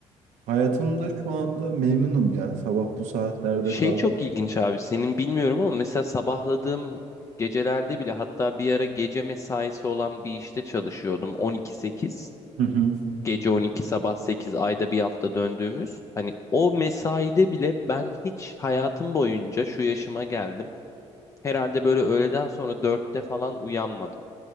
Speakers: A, on the right (about 85°); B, on the left (about 25°).
A: hayatımda şu anda memnunum ya. Sabah bu saatlerde
B: Şey
A: kalk.
B: çok ilginç abi senin bilmiyorum ama mesela sabahladığım gecelerde bile hatta bir ara gece mesaisi olan bir işte çalışıyordum. 12-8
A: Hı hı.
B: gece 12 sabah 8 ayda bir hafta döndüğümüz. Hani o mesaide bile ben hiç hayatım boyunca şu yaşıma geldim. Herhalde böyle öğleden sonra 4'te falan uyanmadım.